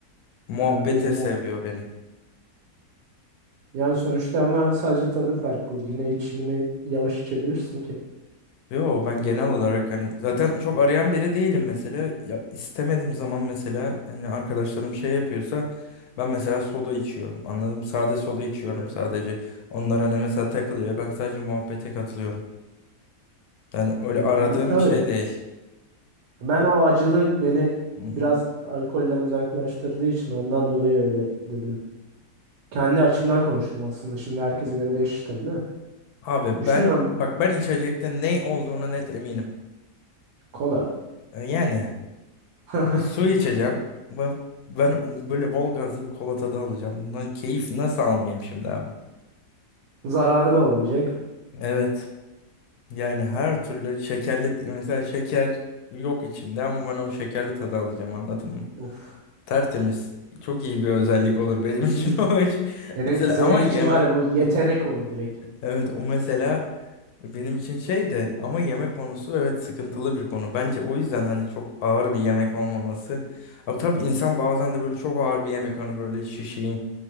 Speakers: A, on the left; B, on the right.
A: Muhabbeti
B: Ee, bilmiyorum
A: seviyor
B: o.
A: beni.
B: Yani sonuçta ama sadece tadı farklı. Yine içimini yavaş içebilirsin ki.
A: Yo ben genel olarak hani zaten çok arayan biri değilim mesela. Ya istemediğim zaman mesela hani arkadaşlarım şey yapıyorsa ben mesela soda içiyorum. Anladım. Sade soda içiyorum
B: Evet.
A: sadece. Onlar hani mesela takılıyor. Ben sadece muhabbete katılıyorum. Yani öyle aradığım
B: Ya tabii.
A: bir şey değil.
B: Ben o acılık beni
A: Hı hı.
B: biraz alkolden uzaklaştırdığı için ondan dolayı öyle dedim. Kendi açımdan konuştum aslında. Şimdi herkese göre değişir tabii de.
A: Abi
B: Düşünüyorum
A: ben bak ben içecekte ne olduğuna net eminim.
B: kola.
A: E, Yani
B: <laughs>
A: abi su içeceğim. Ben, ben böyle bol gazlı bir kola tadı alacağım. Bundan keyif nasıl almayayım şimdi abi?
B: Zararı da olmayacak.
A: Evet. Yani her türlü şekerli mesela şeker yok içinde ama ben o şekerli tadı alacağım anladın mı?
B: Uf.
A: Tertemiz. Çok iyi bir özellik olur benim için
B: Hı.
A: <laughs> o iş.
B: Senin,
A: Mesela
B: senin
A: ama
B: için
A: yemek
B: var ya bu yetenek olur direkt.
A: evet o mesela benim için şey de ama yemek konusu evet sıkıntılı bir konu. Bence o yüzden hani çok ağır bir yemek olmaması. Ama tabii insan bazen de böyle çok ağır bir yemek hani böyle şişeyim